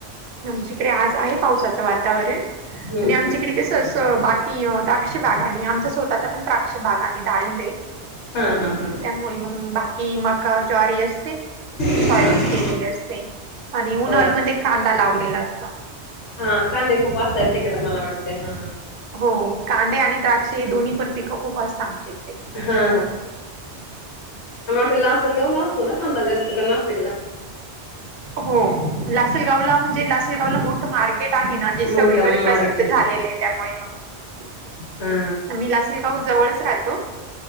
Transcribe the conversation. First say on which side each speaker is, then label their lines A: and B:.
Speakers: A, on the right; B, on the left.
A: आमच्याकडे आज आहे पावसाचं वातावरण आणि
B: हम्म
A: आमच्याकडे
B: हम्म
A: कस बाकीा. द्राक्षी भागा आणि आमच्या स्वतःचा पण त्राक्षी भाग आणि ाळिंबे.
B: हा हा हा
A: त्यामुळे मग बाकी मका ज्वारी असते.
B: हा
A: सोयाबीन केलेली असते आणि उन्हाळमध्ये
B: होय
A: कांदा लावलेला असतो आ्ही.
B: हा कांदे खूप असतात तिकड मला वावटते हा.
A: हो कांदे आणि द्राक्ष हे दोन्ही पण पिकं खूप असतात आमचे.
B: हा ला असल गाऊ ला असतो ना कांदा जास्त का नासिकला.
A: हो लासलगावला म्हणजे लासलगावला मोठं मार्केट आहे ना जे सगळीकडे
B: मोठा मार्केट
A: प्रसिद्ध झा त्यामुळे म
B: हा
A: मी लासलगाव जवळच राहतो.